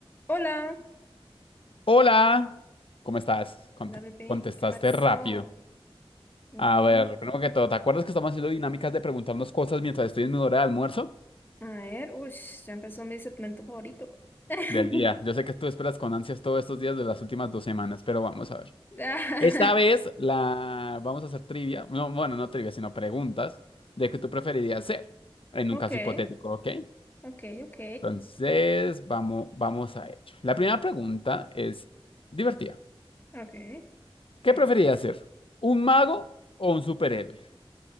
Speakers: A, on the left; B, on the left.
A: Hola,
B: Hola, ¿cómo estás? Cont-
A: hola bebé,
B: contestaste
A: ¿qué pasó?
B: rápido.
A: Mm,
B: A ver, primero que todo, ¿te acuerdas que estamos haciendo dinámicas de preguntarnos cosas mientras estoy en mi hora de almuerzo
A: a ver, uy, ya empezó mi segmento favorito. <laughs>
B: del día? Yo sé que tú esperas con ansias todos estos días de las últimas dos semanas, pero vamos a ver.
A: Ah,
B: Esta vez la vamos a hacer trivia, no, bueno, no trivia, sino preguntas de qué tú preferirías hacer en
A: <laughs>
B: un caso
A: Ok,
B: hipotético, ¿ok?
A: ok, ok,
B: Entonces, vamos, vamos a ello. La primera pregunta es divertida.
A: ok,
B: ¿Qué
A: ¿qué
B: preferirías
A: es, qué es?
B: ser? ¿Un mago o un superhéroe?